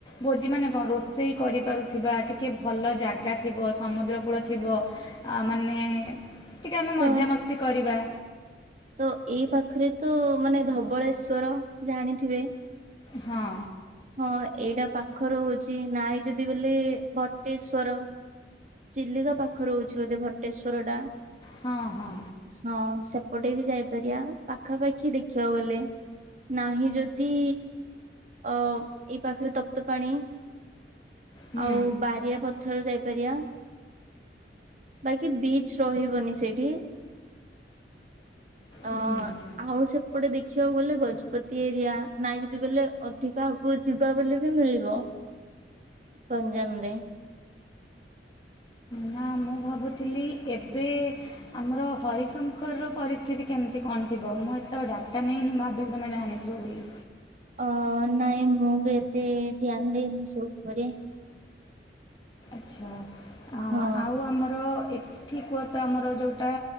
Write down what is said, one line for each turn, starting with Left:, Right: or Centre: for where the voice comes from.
Left: ଭୋଜି ମାନେ କଣ ରୋଷେଇ କରିପାରୁଥିବା। ଟିକିଏ ଭଲ ଜାଗା ଥିବ। ସମୁଦ୍ର କୂଳ ଥିବ। ଆ ମାନେ ଟିକେ ଆମେ
Right: ତ
Left: ମଜାମସ୍ତି କରିବା।
Right: ତ ଏଇ ପାଖରେ ତ ମାନେ ଧବଳେଶ୍ଵର ଜାଣିଥିବେ।
Left: ହଁ।
Right: ହଁ ଏଇଟା ପାଖରୁ ହଉଛି। ନାଇଁ ଯଦି ବୋଇଲେ ଭଟେଶ୍ଵର। ଚିଲିକା ପାଖ ରହୁଛି ବୋଧେ ଭଟେଶ୍ଵର ଟା।
Left: ହଁ ହଁ।
Right: ହଁ ସେପଟେ ବି ଯାଇପାରିବା। ପାଖାପାଖି ଦେଖିବାକୁ ଗଲେ। ନାହିଁ ଯଦି ଅ ଏଇ ପାଖରେ ତପ୍ତ ପାଣି।
Left: ହୁଁ
Right: ଆଉ ବାରିଆ ପ ଥର ଯାଇପାରିବା। ବାକି ବିଚ ରହିବନି ସେଇଠି। ଅ
Left: ହୁଁ
Right: ଆଉ ସେପଟେ ଦେଖିବାକୁ ଗଲେ ଗଜପତି ଏରିଆ। ନାଇଁ ଯଦି ବୋଲେ ଅଧିକ ଆଗକୁ ଯିବା ବୋଲି ବି ମିଳିବ ଗଞ୍ଜାମ ରେ।
Left: ନା ମୁଁ ଭାବୁଥିଲି ଏବେ ଆମର ହରିଶଙ୍କର ପରିସ୍ଥିତି କେମିତି କଣ ଥିବ। ମୁଁ ଏତେ ଆଉ ଡାଟା ନେଇନି। ଭାବିଲି ତମେ ଜାଣି ରହୁଲି।
Right: ଅ ନାଇଁ ମୁଁ ବି ଏତେ ଧ୍ୟାନ ଦେଇନି ସଉପରେ।
Left: ଆଚ୍ଛା ଆ
Right: ହଁ।
Left: ଆଉ ଆମର ଏଠି କୁହତ ଆମର ଯଉଟା